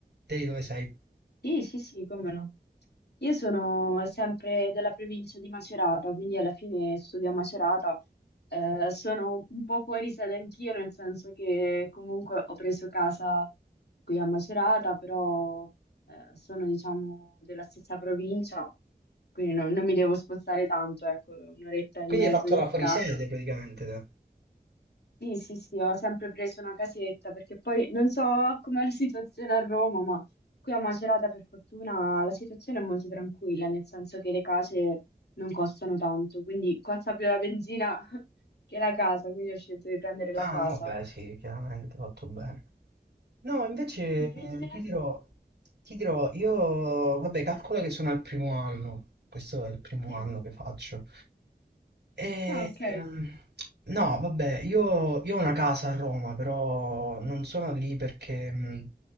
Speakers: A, on the right; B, on the left.
A: Te di dove sei?
B: Sì, sì, sì, come no. Io sono sempre della provincia di Macerata, quindi alla fine studio a Macerata. Eh, sono un po' fuori sede anch'io, nel senso che comunque ho preso casa qui a Macerata, però eh, sono, diciamo, della stessa provincia, quindi no- non mi devo spostare tanto, ecco, un'oretta e
A: Quindi
B: mezzo
A: hai fatto
B: di
A: la
B: strada.
A: fuorisede praticamente te.
B: Sì, sì, sì, ho sempre preso una casetta perché poi non so <laughs> com'è la situazione a Roma, ma qui a Macerata per fortuna la situazione è molto tranquilla, nel senso che le case non costano tanto, quindi costa più la benzina <laughs> che la casa, quindi ho scelto di prendere la
A: Ah,
B: casa.
A: vabbè, sì, chiaramente, fatto bene. No, invece
B: Tu Invece?
A: eh, ti dirò, ti dirò, io, vabbè, calcola che sono al primo anno, questo è il primo
B: Sì.
A: anno che faccio. E,
B: Ah, ok.
A: ehm, no, vabbè, io, io ho una casa a Roma, però non sono lì perché mh,